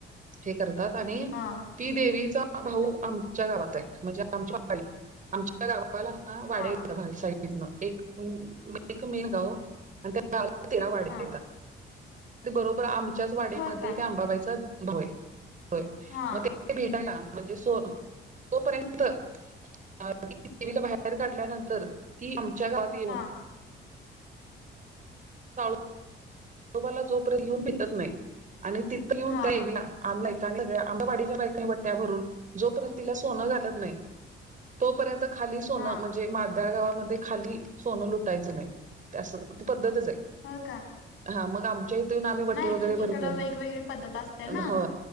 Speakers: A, on the right; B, on the left.
A: हे करतात आणि
B: हा
A: ती देवीचा भाऊ आमच्या गावात आहे म्हणजे आमची वाडी आमच्या गावाला ना वाड्या
B: हा
A: भा सा एक मेन गाव आणि त्या गावाला तेरा वाड्या
B: हा.
A: येतात बरोबर आमच्याच
B: हम्म
A: वाड्यामध्ये
B: होय का
A: त्या आंबाबाईचा भाऊ आहे होय
B: हा
A: मग ते भेटायला म्हणजे सो तोपर्यंत तवीला बाहेर काढल्यानंतर ती आमच्या गावात <inaudible>
B: हा
A: <unintelligible> तोम्हाला जोपर्यंत येऊन भेटत नाही आणि तिथं येऊन
B: हा
A: त्या आमला सगळ्या आमच्या वाडीच्या बायक बट्ट्या भरून जोपर्यंत तिला सोनं घलत नाही तोपर्यंत खाली सोनं
B: हा
A: म्हणजे मादळ गावामध्ये खाली सोनं लुटायचं नाही ते असं ती पद्धतच आहे
B: हो का
A: हा मग आमच्या इथून आम्ही वटी
B: नाही
A: वगैरे
B: एकेकीकडं
A: भरतो
B: वेगवेगळी पद्धत असते ना
A: हो